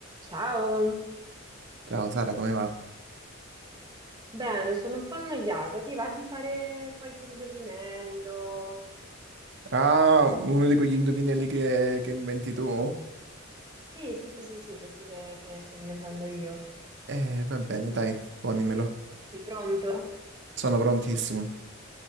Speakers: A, on the right; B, on the right.
A: Ciao,
B: Ciao Sara, come va?
A: bene, sono un po' annoiata. Ti va di fare qualche indovinello?
B: Ah, uno di quegli indovinelli che, che inventi tu?
A: Sì, sì, sì, sì, sì, questi che, che sto inventando io.
B: Eh, va bene, dai, ponimelo.
A: Sei pronto?
B: Sono prontissimo.